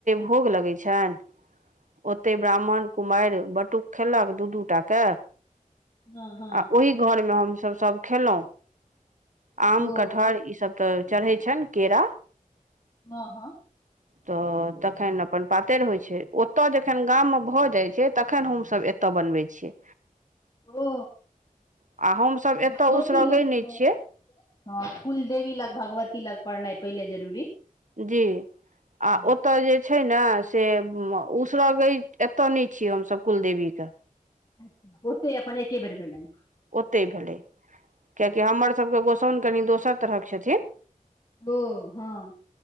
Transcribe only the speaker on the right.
भोग लगै छन। ओते ब्राह्मण, कुमाएर, बटुक खेलक दू-दूटा के।
आ ओहि घरमे हम सब सब खेलौ। आम,
कठहर ई सब तऽ चढ़ै छन केरा
तऽ तखन अपन पातैर होय छै ओ त जखन गाम मे भऽ जाय छै, तखन हम सब एता बनबै छियै।
आ हमसभ एतय
उसरगै
नहि
छियै
जी आ
ओता जे छ छै नै से म उसरगे एता नै छियै हम सब कुलदेवी के।
ओतै भेलै कियाकि हमर सबके गोसौन कनि दोसर तरहक छथि।